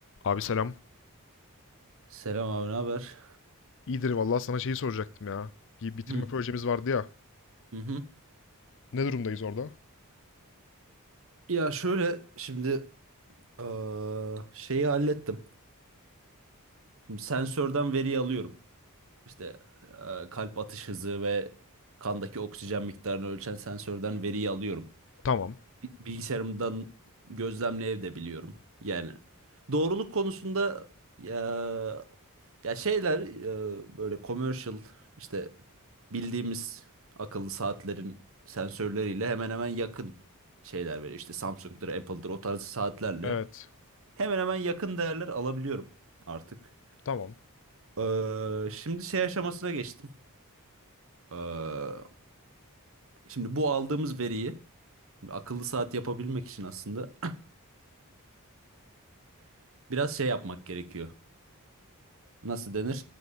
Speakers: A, on the left; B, on the right.
A: Abi selam.
B: Selam abi, ne haber?
A: İyidir vallahi sana şeyi soracaktım ya. Bir bitirme
B: Hı
A: projemiz vardı ya.
B: hı. hı.
A: Ne durumdayız orada?
B: Ya şöyle şimdi eee, şeyi hallettim. Şimdi sensörden veriyi alıyorum. İşte eee, kalp atış hızı ve kandaki oksijen miktarını ölçen sensörden veriyi alıyorum.
A: Tamam.
B: bi- bilgisayarımdan gözlemleyebiliyorum. Yani doğruluk konusunda ya, ya şeyler e, böyle commercial işte bildiğimiz akıllı saatlerin sensörleriyle hemen hemen yakın şeyler veriyor. İşte Samsung'dur, Apple'dır o tarz saatlerle
A: Evet.
B: hemen hemen yakın değerler alabiliyorum artık.
A: Tamam.
B: Ee, şimdi şey aşamasına geçtim. Ee, şimdi bu aldığımız veriyi şimdi akıllı saat yapabilmek için aslında <clears throat> biraz şey yapmak gerekiyor. nasıl denir?